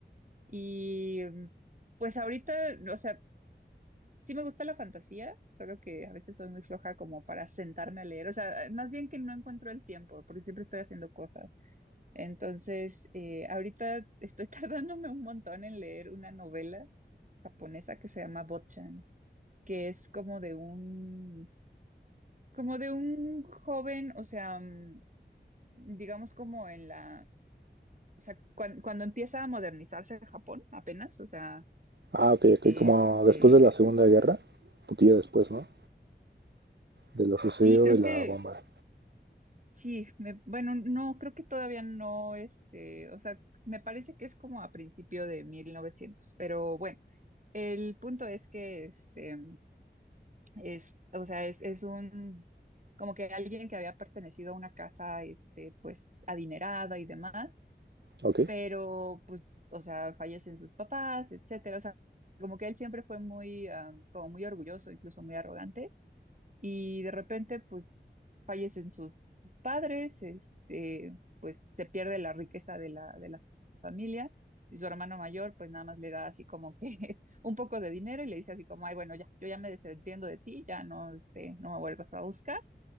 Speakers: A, on the right (about 45°); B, on the right (about 65°).
A: Y em, pues ahorita, o sea, Sí me gusta la fantasía, solo que a veces soy muy floja como para sentarme a leer. O sea, más bien que no encuentro el tiempo, porque siempre estoy haciendo cosas. Entonces, eh, ahorita estoy <laughs> tardándome un montón en leer una novela japonesa que se llama Botchan, que es como de un, como de un joven, o sea, mm, digamos como en la, o sea, cuan- cuando empieza a modernizarse Japón apenas, o sea,
B: Ah, ok, ok,
A: este,
B: como después de la Segunda Guerra, un poquillo después, ¿no? De lo sucedido
A: sí, creo
B: de la
A: que
B: bomba.
A: Sí, me, bueno, no, creo que todavía no, este, o sea, me parece que es como a principio de 1900, pero bueno, el punto es que, este, es, o sea, es, es un, como que alguien que había pertenecido a una casa, este, pues, adinerada y demás,
B: Ok,
A: pero, pues, o sea, fallecen sus papás, etcétera, o sea, como que él siempre fue muy, ah, como muy orgulloso, incluso muy arrogante, y de repente pues fallecen sus padres, este, pues se pierde la riqueza de la, de la familia y su hermano mayor pues nada más le da así como que <laughs> un poco de dinero y le dice así como, ay, bueno, ya, yo ya me desentiendo de ti, ya no, este, no me vuelvas a buscar.